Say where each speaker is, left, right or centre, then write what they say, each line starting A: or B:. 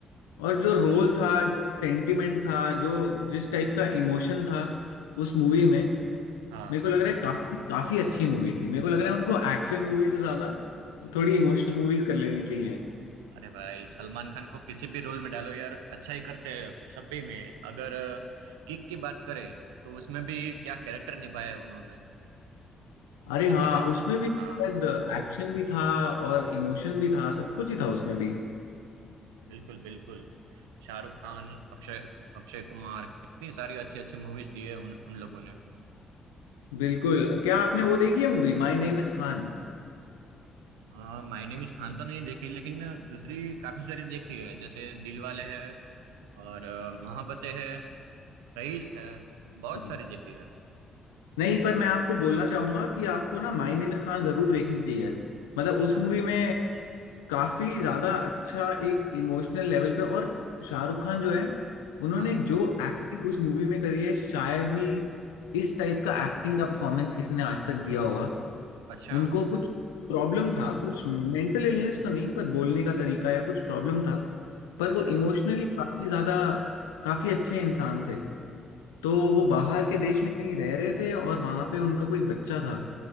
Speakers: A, on the left; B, on the right.
A: और जो
B: हाँ
A: रोल था जो सेंटिमेंट था जो जिस टाइप का इमोशन था उस मूवी में
B: हाँ
A: मेरे को लग रहा है काफी काफी अच्छी मूवी थी मेरे को लग रहा है उनको एक्शन मूवी से ज्यादा थोड़ी इमोशनल मूवीज कर लेनी चाहिए
B: अरे भाई सलमान खान को किसी भी रोल में डालो यार अच्छा ही करते हैं सभी में अगर किक की बात करें तो उसमें भी क्या कैरेक्टर निभाया है उन्होंने
A: अरे हाँ
B: आगे जा
A: उसमें भी
B: हाँ
A: शायद एक्शन भी था और इमोशन भी था सब कुछ ही था उसमें भी
B: बिल्कुल बिल्कुल शाहरुख खान अक्षय अक्षय कुमार कितनी सारी अच्छी अच्छी मूवीज दी है उन, उन लोगों ने
A: बिल्कुल क्या आपने वो देखी है movie my name is Khan
B: आ, माय नेम इज खान तो नहीं देखी लेकिन दूसरी काफी सारी देखी है जैसे दिलवाले है और अ, मोहब्बतें है रईस है बहुत
A: हाँ
B: सारी देखी है
A: नहीं पर मैं आपको बोलना चाहूंगा कि आपको ना
B: जी,
A: माई नेम
B: बिल्कुल
A: इज खान जरूर देखनी चाहिए मतलब
B: अच्छा
A: उस मूवी में काफी ज्यादा
B: हाँ
A: अच्छा एक इमोशनल लेवल पे और शाहरुख खान जो है उन्होंने
B: हाँ
A: जो एक्टिंग उस मूवी में करी है शायद ही इस टाइप का एक्टिंग का परफॉर्मेंस किसी ने आज तक दिया होगा
B: अच्छा
A: उनको कुछ प्रॉब्लम
B: हुँ,
A: था कुछ मेंटल इलनेस तो नहीं पर बोलने का तरीका या कुछ प्रॉब्लम था पर
B: अच्छा,
A: वो इमोशनली काफी ज्यादा काफी अच्छे इंसान थे तो वो बाहर
B: अच्छ
A: के देश में कहीं रह रहे थे और वहां पे उनका कोई बच्चा था